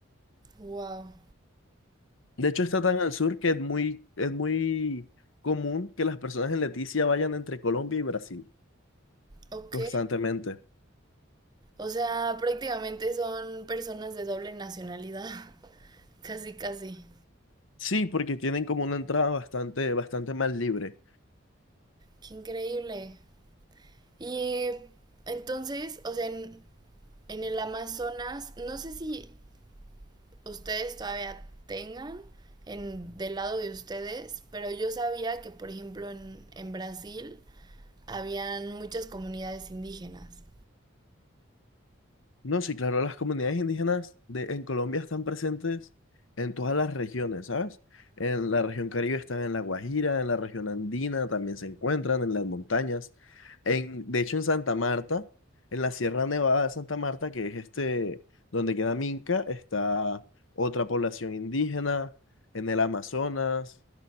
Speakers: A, on the right (about 20°); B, on the left (about 70°).
A: Wow.
B: De hecho, está tan al sur que es muy, es muy común que las personas en Leticia vayan entre Colombia y Brasil
A: Ok.
B: constantemente.
A: O sea, prácticamente son personas de doble nacionalidad. <laughs> Casi, casi.
B: Sí, porque tienen como una entrada bastante, bastante más libre.
A: Qué increíble. Y entonces, o sea, en, en el Amazonas, no sé si ustedes todavía tengan en, del lado de ustedes, pero yo sabía que, por ejemplo, en, en Brasil habían muchas comunidades indígenas.
B: No, sí, claro, las comunidades indígenas de, en Colombia están presentes en todas las regiones, ¿sabes? En la región Caribe están en La Guajira, en la región andina también se encuentran, en las montañas. En, de hecho, en Santa Marta, en la Sierra Nevada de Santa Marta, que es este, donde queda Minca, está otra población indígena, en el Amazonas,